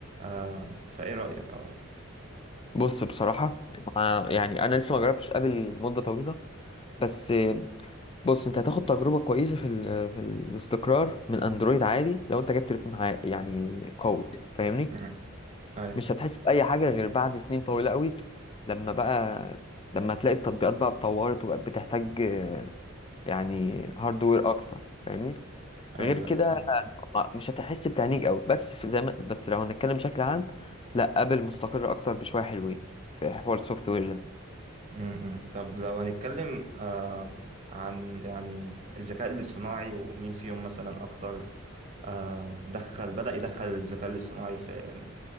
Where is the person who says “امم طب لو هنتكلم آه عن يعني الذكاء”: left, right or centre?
Right